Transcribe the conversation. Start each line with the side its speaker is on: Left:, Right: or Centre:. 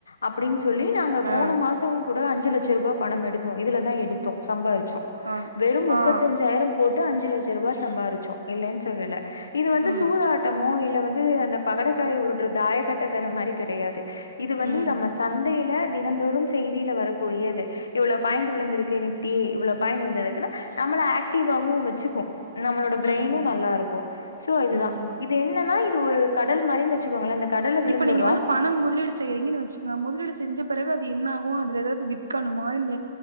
Left: அப்படின்னு சொல் சொல்லி நாங்க போன
Right: ஆ
Left: மாசம் அஞ்சு லட்ச ரூபா பணம் எடுத்தோம் இதுல தா எடுத்தோம் சம்பாரிச்சோம்
Right: ஆ
Left: வெறும் முப்பத்தி
Right: ஆ
Left: அஞ்சாயிரம் போட்டு அஞ்சு லட்சம் ரூபா சம்பாரிச்சோம் இல்லன்னு சொல்லல இது வந்து
Right: ம்
Left: சூதாட்டமோ இல்ல வந்து அந்த பகடைக்காய உருட்டுற தாய கட்டக்கரை மாதிரி கிடையாது இது வந்து
Right: ம்
Left: நம்ம சந்தையில தினந்தோறும் பீல வரக்கூடியது இவ்வளோ பாயிண்ட் விழுந்திருக்கு நிப்டி இவ்ள பாயிண்ட் விழுந்ததுக்குன்னா நம்மள ஆக்டிவாவும் வச்சுக்கும் நம்மளோட பிரெயினும்
Right: ம்
Left: நல்லா இருக்கும் சோ இதுதா
Right: ம்
Left: இது என்னன்னா இது ஒரு கடல் மாரி வச்சுக்கோங்களே அந்த கடல்ல விழுந்தறோ
Right: இப்ப நீங்க வந்து பணம் முதலீடு செய்யறீங்கன்னு வச்சுக்கோங்க முதலீடு செஞ்ச பிறகு அது என்ன ஆகும் அதுல எதாவது விற்கணுமா இல்ல